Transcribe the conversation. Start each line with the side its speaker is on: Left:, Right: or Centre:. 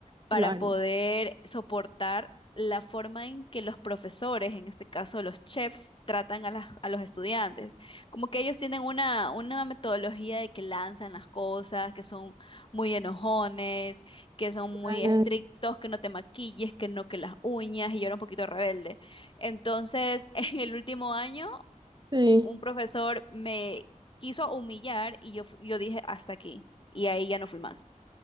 Left: para
Right: Claro.
Left: poder soportar la forma en que los profesores, en este caso los chefs, tratan a, las- a los estudiantes. Como que ellos tienen una, una metodología de que lanzan las cosas, que son muy enojones, que son
Right: Claro,
Left: muy estrictos, que no te maquilles, que no que las uñas, y yo era un poquito rebelde. Entonces, <laughs> en el último año,
Right: Sí,
Left: un profesor me quiso humillar y yo, fu- yo dije, hasta aquí, y ahí ya no fui más.